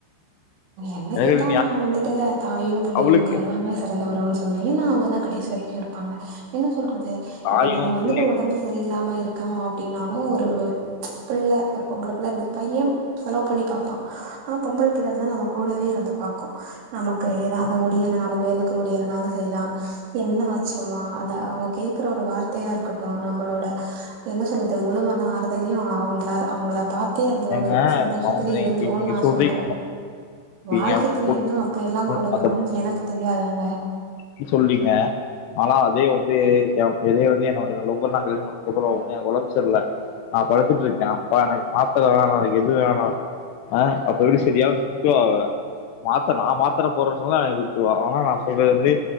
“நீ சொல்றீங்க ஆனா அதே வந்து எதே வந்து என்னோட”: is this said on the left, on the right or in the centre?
Left